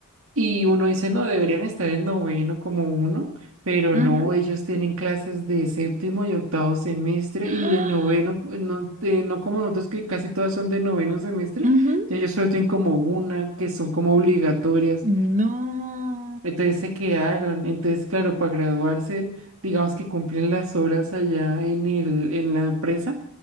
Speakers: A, on the right (about 65°); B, on the right (about 35°).
A: Y uno dice, no, deberían estar en noveno como uno, pero
B: ujú.
A: no, ellos tienen clases de séptimo y octavo semestre y
B: ¡Ah!
A: de noveno, no, de- no como nosotros que casi todas son de noveno semestre,
B: Ujú.
A: y ellos solo tienen como una que son como obligatorias.
B: No.
A: Entonces se quedaron, entonces claro, para graduarse, digamos que cumplen las horas allá en el, en la empresa